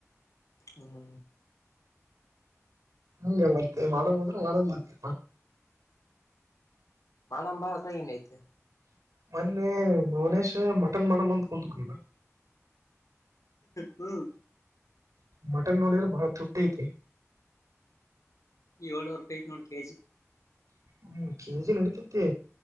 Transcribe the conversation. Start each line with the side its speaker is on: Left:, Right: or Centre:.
Left: ಹ್ಮ್.
Right: ಹಂಗ ಮತ್ತೆ ಮಾಡ ಮಾಡಡ ಮತ್ತೇ.
Left: ಮಳ ಬಾರ ರನ ಇತೆ.
Right: ಮನ್ನೆ ಮನೇಶ ಮಟನ್ ಮಣಮ ಅಂತ ಕುಂದುಕಿಲ್ಲ.
Left: ಹ್ಮ್.
Right: ಮಟನ್ ನೋಡುದ್ರೆ ಬಾಳ ತೃಪ್ತಿ ಅಯ್ತೆ.
Left: ಏಳ್ನೂರು ರೂಪಾಯಿ ಐ ನೋಡ್ ಕೆಜಿ.
Right: ಹ್ಮ್ ಕಿಲಜಿ ನಡಿತೈತಿ